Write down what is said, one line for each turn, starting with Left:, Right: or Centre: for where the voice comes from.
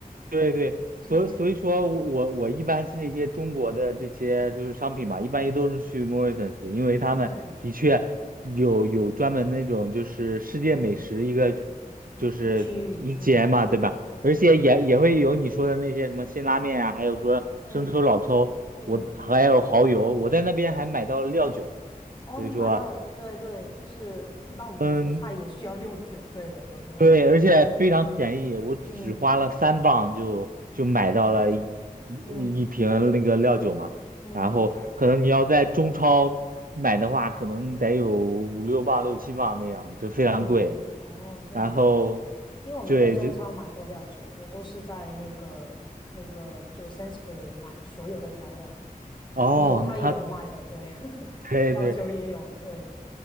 Right: 对对，所以所以说我我我一般是这些中国的这些就是商品嘛，
Left: 嗯
Right: 一般都是去 Morrisons，因为他们的确有有专门那种就是世界美食一个
Left: 嗯嗯
Right: 就是一节嘛，
Left: 的区域，嗯
Right: 对吧？
Left: 嗯
Right: 而且也也会有你说的那些什么辛拉面啊，还有说生抽、
Left: 嗯
Right: 老抽，
Left: 嗯。
Right: 我还有蚝油，我在那边还买到了料酒，
Left: 哦，
Right: 所以说。
Left: 你买到，对对，就是一般我们煮菜也需要六九，
Right: 嗯。
Left: 对的，有的有的。
Right: 对，而且非常便宜，我只花了三磅就就买到了一
Left: 嗯嗯
Right: 一一瓶那个料酒嘛。
Left: 嗯
Right: 然后可能你要在中超买的话，可能得有五六磅、六七磅那样，就非常贵。
Left: 嗯，哦，这样子，
Right: 然后，
Left: 因为我没在中超买过料酒，
Right: 对，就
Left: 我都是在那个那个就 Sainsbury 买所有的调料，
Right: 哦，
Left: 蚝油它也有卖的，
Right: 他
Left: 对，<laughs>
Right: 对对，
Left: 料酒也有，对，